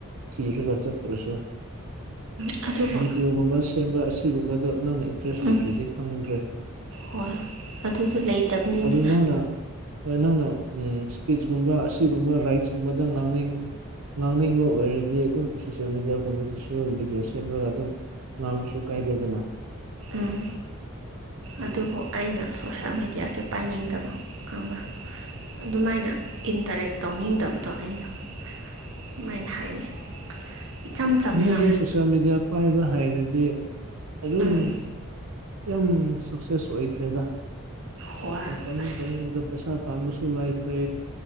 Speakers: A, on the right; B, on the right.
A: ꯊꯤꯔꯒ ꯆꯠꯇ꯭ꯔꯁꯨ
B: ꯎꯝ ꯑꯗꯨꯕꯨ
A: ꯚꯗꯤꯑꯣꯒꯨꯝꯕ ꯁꯦꯝꯕ ꯑꯁꯤꯒꯨꯝꯕꯗꯣ ꯅꯪꯅ ꯏꯟꯇꯔꯦꯁ
B: ꯎꯝ
A: ꯂꯩꯇ꯭ꯔꯗꯤ ꯈꯪꯗ꯭ꯔꯦ
B: ꯍꯣꯏ ꯑꯗꯨꯗꯣ ꯂꯩꯇꯕꯅꯤꯅ
A: ꯑꯗꯨ ꯅꯪꯅ ꯅꯪꯅ ꯎꯝ ꯏꯁꯄꯤꯆ ꯀꯨꯝꯕ ꯑꯁꯤꯒꯨꯝꯕ ꯔꯥꯏꯠꯁꯀꯨꯝꯕꯗ ꯉꯥꯡꯅꯤꯡ ꯉꯥꯡꯅꯤꯡꯕ ꯑꯣꯏꯔꯗꯤ ꯑꯗꯨꯝ ꯁꯣꯁꯦꯜ ꯃꯦꯗꯤꯌꯥ ꯒꯨꯝꯕꯗꯁꯨ ꯚꯤꯗꯤꯑꯣ ꯁꯦꯝꯂꯒ ꯑꯗꯨꯝ ꯉꯥꯡꯉꯁꯨꯨ ꯀꯥꯏꯗꯦꯗꯅ
B: ꯎꯝ ꯑꯗꯨꯕꯨ ꯑꯩꯅ ꯁꯣꯁꯦꯜ ꯃꯦꯗꯤꯌꯥꯁꯦ ꯄꯥꯏꯅꯤꯡꯗꯕ ꯈꯪꯕ꯭ꯔ ꯑꯗꯨꯃꯥꯏꯅ ꯏꯟꯇꯔꯦꯛ ꯇꯧꯅꯤꯡꯗꯕꯗꯣ ꯑꯩꯅ ꯁꯨꯃꯥꯏꯅ ꯍꯥꯏꯅꯤ ꯏꯆꯝ ꯆꯝꯅ
A: ꯍꯟꯗꯛꯗꯤ ꯁꯣꯁꯤꯌꯦꯜ ꯃꯦꯗꯤꯌꯥ ꯄꯥꯏꯕ ꯍꯩꯔꯗꯤ ꯑꯗꯨꯝ
B: ꯎꯝ
A: ꯌꯥꯝ ꯁꯛꯁꯦꯁ ꯑꯣꯏꯈ꯭ꯔꯦꯗ
B: ꯍꯣꯏ
A: ꯇꯧꯅꯤꯡ
B: ꯑꯁ
A: ꯇꯧꯅꯤꯡꯕꯗꯨ ꯄꯩꯁꯥ ꯇꯥꯟꯕꯁꯨ ꯂꯥꯏꯈ꯭ꯔꯦ